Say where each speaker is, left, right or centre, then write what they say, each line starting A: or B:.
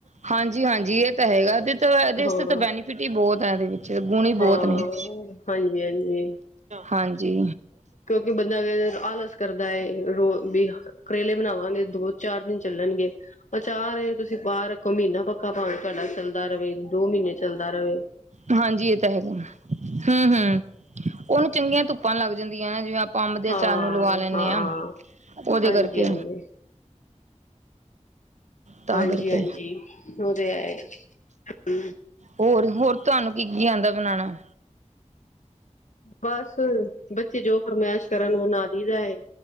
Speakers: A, on the right; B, on the left.
A: -ਹਾਂਜੀ- ਹਾਂਜੀ ਇਹ ਤਾਂ ਹੈਗਾ। ਇਹ ਤਾਂ
B: ਹਾਂ-ਹਾਂ
A: ਇਹਦੇ ਤਾਂ ਬੈਨੀਫਿਟ ਹੀ ਬਹੁਤ ਹੈ ਇਸਦੇ ਜੇ ਗੁਣੀ
B: ਹਾਂ
A: ਬਹੁਤ ਨੇ
B: ਹਾਂਜੀ ਹਾਂਜੀ
A: ਹਾਂਜੀ।
B: ਕਿਉਂਕਿ ਬੰਦਾ ਅ ਆਲਸ ਕਰਦਾ ਏ ਰੋਜ ਵੀ ਕਰੇਲੇ ਬਣਾਵਾਂਗੇ ਦੋ ਚਾਰ ਦਿਨ ਚੱਲਣਗੇ। ਅਚਾਰ ਏ ਤੁਸੀਂ ਬਾਹਰ ਹੁਣ ਮਹੀਨਾ ਪੱਕਾ ਪਾਵੇ ਤੁਹਾਡਾ ਚੱਲਦਾ ਰਵੇ ਦੋ ਮਹੀਨੇ ਚੱਲਦਾ ਰਵੇ
A: ਹਾਂਜੀ ਇਹ ਤਾਂ ਹੈਗਾ। ਹੂ - ਹੂ ਉਹਨੂੰ ਚੰਗੀਆਂ ਧੁੱਪਾਂ ਲੱਗ ਜਾਂਦੀਆਂ ਨੇ ਜਿਵੇਂ ਆਪ ਅੰਬ ਦੇ
B: ਹਾਂ
A: ਅਚਾਰ ਨੂੰ ਲਵਾ ਲੈਂਨੇ
B: ਹਾਂ
A: ਆ ਉਹਦੇ
B: ਹਾਂਜੀ
A: ਕਰਕੇ।
B: ਹਾਂਜੀ
A: ਤਾਂ
B: ਹਾਂਜੀ-
A: ਕਰਕੇ
B: ਹਾਂਜੀ ਉਹ ਤੇ ਹੈਏ ਹੈ।
A: ਹੋਰ- ਹੋਰ ਤੁਹਾਨੂੰ ਕੀ- ਕੀ ਆਦਾ ਬਣਾਣਾ।
B: ਬਸ ਬੱਚੇ ਜੋ ਫਰਮਾਇਸ਼ ਕਰਨ ਉਹ ਬਨਾ ਦੀ ਦਾ ਐ।